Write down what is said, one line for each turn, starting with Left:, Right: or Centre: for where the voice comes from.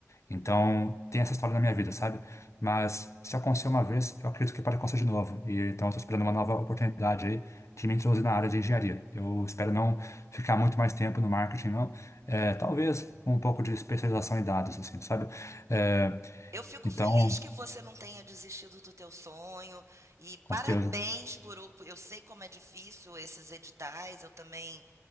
Left: Então, tem essa história na minha vida, sabe? Mas se aconteceu uma vez, eu acredito que pode acontecer de novo. E então, eu estou esperando uma nova oportunidade aí de me introduzir na área de engenharia. Eu espero não ficar muito mais tempo no marketing, não. É, talvez um pouco de especialização em dados, assim, sabe? É,
Right: Eu fico
Left: então,
Right: feliz que você não tenha desistido do teu sonho e
Left: com
Right: parabéns
Left: certeza,
Right: por, o- eu sei como é difícil esses editais, eu também